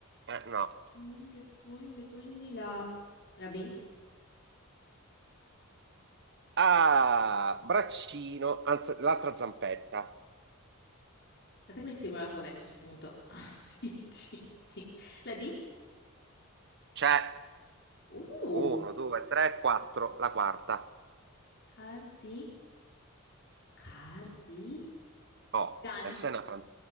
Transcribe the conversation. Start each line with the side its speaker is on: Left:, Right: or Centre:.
Right: eh, no.
Left: Quindi, quindi, quindi la, la B.
Right: Ah, braccino, anzi, l'altra zampetta.
Left: Aspetta che mi scrivo l'alfabeto a sto punto. <laughs> A, B, C, D. La D?
Right: C'è
Left: Uh,
Right: uno, due, tre, quattro, la quarta.
Left: cardi, cardi,
Right: Oh,
Left: gan.
Right: e se una fan...